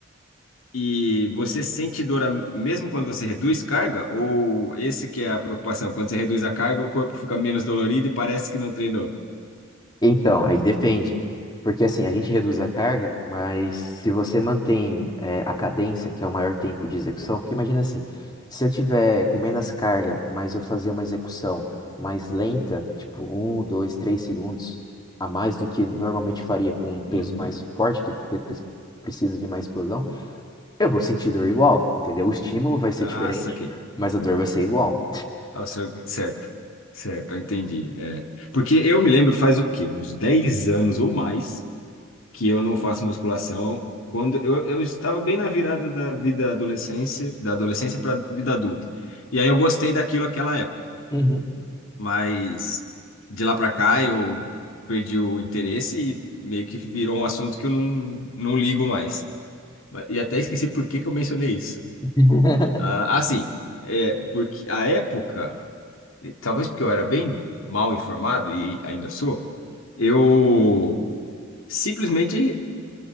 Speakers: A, on the left; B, on the left.
A: e você sente dor a- mesmo quando você reduz carga, ou esse que é a preocupação, quando você reduz a carga, o corpo fica menos dolorido e parece que não treinou?
B: Então, aí depende. Porque assim, a gente reduz a carga, mas se você mantém é, a cadência, que é o maior tempo de execução, porque imagina assim, se eu tiver com menos carga, mas eu fazer uma execução mais lenta, tipo um, dois, três segundos a mais do que normalmente faria com um peso
A: Uhum.
B: mais forte, que te- pre- precisa de mais explosão, eu vou sentir dor igual, entendeu? O estímulo vai ser
A: Ah,
B: diferente,
A: saquei.
B: mas a dor vai ser igual.
A: Ah, o seu- certo, certo, eu entendi. É. Porque eu me lembro faz o quê? Uns 10 anos ou mais que eu não faço musculação. Quando eu, eu estava bem na virada da vida adolescência, da adolescência para vida adulta. E aí eu gostei daquilo naquela época,
B: Uhum.
A: mas de lá para cá eu perdi o interesse e meio que virou um assunto que eu não, não ligo mais. E até esqueci por que que eu mencionei isso.
B: <laughs>
A: Ah, assim, é, porque a época e talvez porque eu era bem mal informado e ainda sou, eu simplesmente